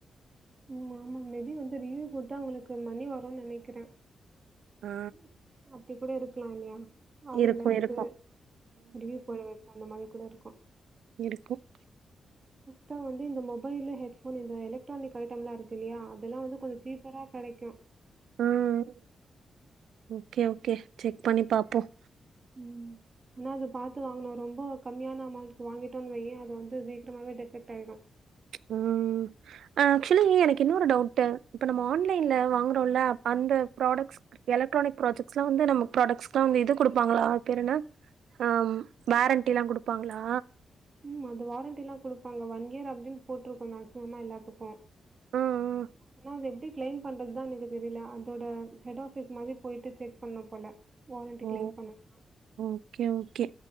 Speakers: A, on the right; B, on the right.
A: உம் ஆமா மேபி வந்து ரிவியூஸ் குடுத்தா அவளுக்கு மணி வரும்னு நெனைக்கிற
B: ஆ
A: ம் அப்படி கூட இருக்கலாம் இல்லையா ஆளுங்கல
B: இருக்கு
A: வச்சி
B: இருக்கு
A: ரிவிவ் போட வச்சி அந்த மாரி கூட இருக்கும்
B: இருக்கும்
A: ப்றோ வந்து இந்த மொபைலு ஹெட்ஃபோன் இந்த எலக்ட்ரானிக் ஐட்டம்லாம் இருக்கு இல்லையா அதெல்லாம் வந்து கொஞ்சோ சீப்பரா கிடைக்கும்
B: ஆ ஆ ஓகே ஓகே செக் பண்ணி பாப்போம்
A: ம் ன்னா அது பாத்து வாங்கனும் ரொம்ப கம்மியான அமௌண்ட்ல வாங்கிட்டோன்னு வையன் அது வந்து சீக்கிரமே டிபெக்ட் ஆயிடும்
B: உம் ஆக்சுவலி எனக்கு இன்னொரு டவுட்ட இப்ப நம்ம ஆன்லைன்ல வாங்கறோம்ல்ல அந் த ப்ராடக்ட்ஸ்க் எலக்ட்ரானிக் ப்ராஜெக்ட்லாம் வந்து நம்ம ப்ராடக்ட்ஸ்லாம் வந்து இது குடுப்பாங்களா அது பேரு என்ன ஹம் வேரண்டில்லாம் கொடுப்பாங்களா
A: ம் அது வாரண்டிலாம் கொடுப்பாங்க ஒன் இயர் அப்டின்னு போட்டிருக்கும் மேக்சிமமா எல்லாதுக்கும்
B: ஆ ஆ.
A: ஆனா அது எப்டி கிளைம் பண்றது தான் எனக்கு தெரியல அதோட ஹெட் ஆபீஸ் மாதிரி போயிட்டு செக் பண்ணும் போல வாரண்ட்டி
B: ஓ
A: கிளைம் பண்ணனுனா
B: ஓகே, ஓகே.